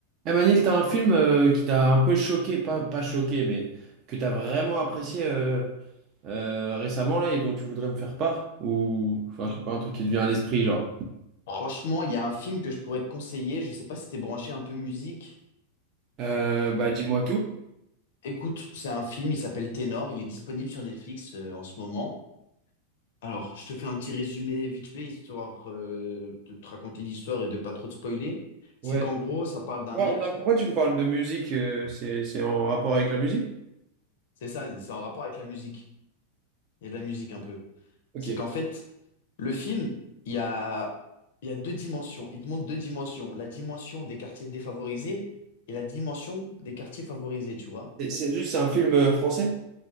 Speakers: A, on the right (about 35°); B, on the left (about 55°).
A: Eh Manil, t'as un film euh, qui t'a un peu choqué, pas, pas choqué, mais que t'as vraiment apprécié euh, euh, récemment là et dont tu voudrais me faire part? Ou enfin, je sais pas, un truc qui te vient à l'esprit, genre.
B: Franchement, il y a un film que je pourrais te conseiller. Je sais pas si t'es branché un peu musique.
A: Euh, bah dis-moi tout.
B: Écoute, c'est un film, il s'appelle Ténor. Il est disponible sur Netflix euh, en ce moment. Alors, je te fais un petit résumé vite fait, histoire euh, de te raconter l'histoire et de pas trop te spoiler. C'est
A: Ouais.
B: qu'en gros, ça parle d'un
A: Ouais,
B: mec,
A: attends, pourquoi tu me parles de musique? euh, c'est, c'est en rapport avec la musique?
B: c'est ça, c'est en rapport avec la musique. Il y a de la musique un peu.
A: Ok.
B: C'est qu'en fait, le film, il y a, il y a deux dimensions. Il te montre deux dimensions. La dimension des quartiers défavorisés et la dimension des quartiers favorisés, tu vois.
A: C'est c'est juste, c'est un film euh, français?